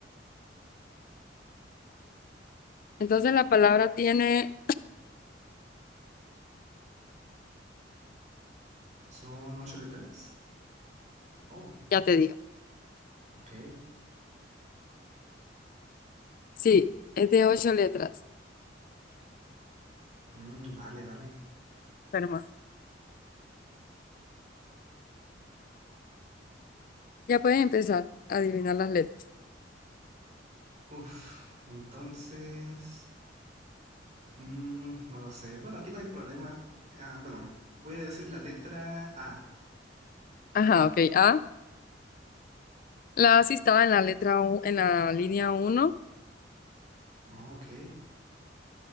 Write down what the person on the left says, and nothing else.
Entonces la palabra tiene,
ya te digo.
Sí, es de ocho letras.
Fermo. Ya puedes empezar a adivinar las letras.
Ajá, ok. A. La A sí estaba en la letra U, en la línea uno